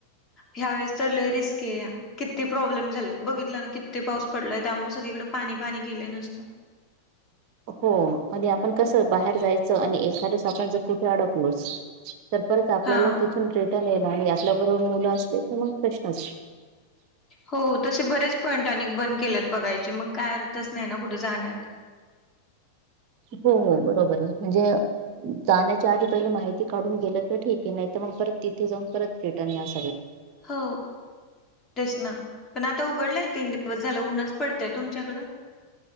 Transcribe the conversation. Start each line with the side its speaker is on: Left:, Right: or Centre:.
Left: ह्यावेेळेस तर लय रिस्की आहे. किती प्रॉब्लेम झालेत बघितलं ना, किती पाऊस पडलाय त्यामुळें सगळीकडे पाणी पाणी केलं नुसतं.
Right: हो आणि आपण कसं बाहेर जायचं आणि एखादच आपण जर कुठे अडकलोच तर परत आपल्याला
Left: हा
Right: तिथून रिटर्न येणार, आणि आपल्या बरोबर मुलं असले तर मग प्रश्नचं.
Left: हो तसे बरेच पॉईंट आणि बंद केलेत बघायचे मंग काय अर्थच नाही ना कुठे जाण्यात.
Right: हो हो बरोबर आहे म्हणजे जाण्याच्या आधी पहिले माहिती काढून गेलं तर ठीक आहे नाही तर मग परत तिथे जाऊन परत रिटर्न या सगळं.
Left: हो तेच ना, पण आता उघडलंय तीन दिवस झालं ऊनच पडतेय तुमच्याकडं.